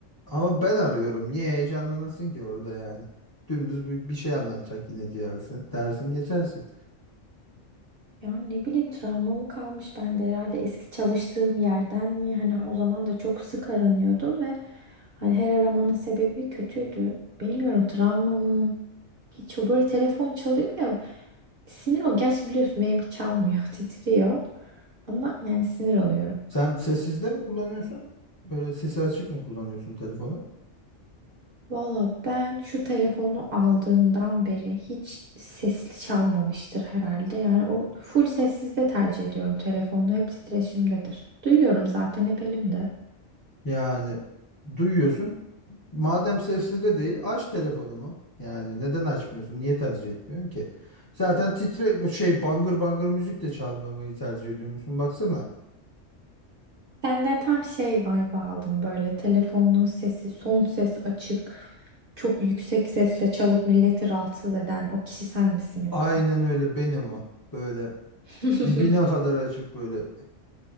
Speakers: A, on the left (about 20°); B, on the right (about 55°).
A: ama ben arıyorum. Niye heyecanlanasın ki orada yani? Dümdüz bir, bir şey anlatacak yine diyersin. Dersin geçersin.
B: Ya ne bileyim travma mı kalmış bende herhalde eski çalıştığım yerden mi? Hani o zaman da çok sık aranıyordum ve hani her aramanın sebebi kötüydü. Bilmiyorum travma mı? Hiç o böyle telefon çalıyor ya sinir ol. Gerçi biliyorsun benimki çalmıyor <laughs> titriyor ama yani sinir oluyorum.
A: Sen sessizde mi kullanıyorsun? Böyle sesi açık mı kullanıyorsun telefonu?
B: Valla ben şu telefonu aldığımdan beri hiç sesli çalmamıştır herhalde. Yani o full sessizde tercih ediyorum telefonu. Hep titreşimdedir. Duyuyorum zaten hep elimde.
A: Yani duyuyorsun. Madem sessizde değil aç telefonumu. Yani neden açmıyorsun? Niye tercih etmiyorsun ki? Zaten titre bu şey bangır bangır müzik de çalmamayı tercih ediyormuşsun. Baksana.
B: Sende tam şey vibe aldım böyle telefonun sesi son ses açık çok yüksek sesle çalıp milleti rahatsız eden o kişi sen misin yoksa?
A: Aynen öyle benim o. Böyle
B: <laughs>
A: dibine kadar açık böyle.